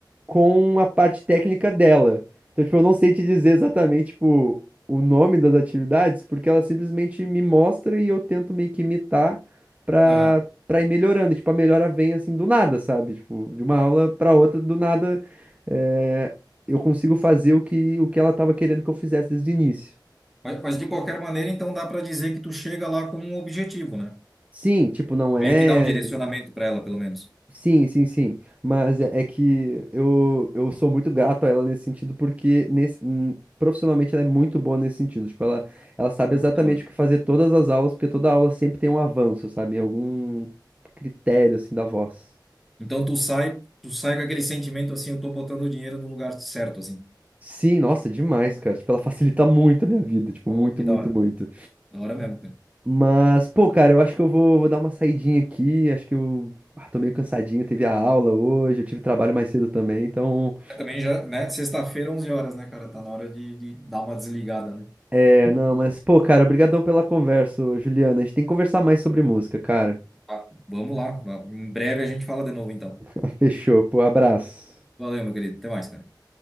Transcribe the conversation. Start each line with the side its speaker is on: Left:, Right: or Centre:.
Right: com a parte técnica dela. Então, tipo, eu não sei te dizer exatamente, tipo, o nome das atividades, porque ela simplesmente me mostra e eu tento meio que imitar pra,
Centre: Aham.
Right: pra ir melhorando. Tipo, a melhora vem assim do nada, sabe? Tipo, de uma aula pra outra, do nada, é, eu consigo fazer o que, o que ela tava querendo que eu fizesse desde o início.
Centre: Mas, mas de qualquer maneira, então dá para dizer que tu chega lá com um objetivo, né?
Right: Sim, tipo, não é.
Centre: Meio que dá um direcionamento para ela, pelo menos.
Right: Sim, sim, sim. Mas é, é que eu, eu sou muito grato a ela nesse sentido, porque nesse, hum, profissionalmente ela é muito boa nesse sentido. Tipo, ela, ela sabe
Centre: Pô,
Right: exatamente
Centre: que da hora.
Right: o que fazer todas as aulas, porque toda aula sempre tem um avanço, sabe? Em algum critério, assim, da voz.
Centre: Então tu sai, tu sai com aquele sentimento assim, eu tô botando o dinheiro no lugar certo, assim.
Right: Sim, nossa, demais, cara. Tipo, ela <laughs> facilita muito a minha vida. Tipo,
Centre: Oh,
Right: muito,
Centre: que
Right: muito,
Centre: da hora.
Right: muito.
Centre: Da hora mesmo, cara.
Right: Mas, pô, cara, eu acho que eu vou, vou dar uma saidinha aqui. Acho que eu ah, tô meio cansadinho. Teve a aula hoje, eu tive trabalho mais cedo também, então.
Centre: É, Também já, né? Sexta-feira, 11 horas, né, cara? Tá na hora de, de dar uma desligada, né?
Right: É, não, mas, pô, cara, obrigadão pela conversa, ô, Juliana. A gente tem que conversar mais sobre música, cara.
Centre: Ah, vamos lá. Em breve a gente fala de novo, então.
Right: <laughs> Fechou, pô, abraço.
Centre: Valeu, meu querido. Até mais, cara.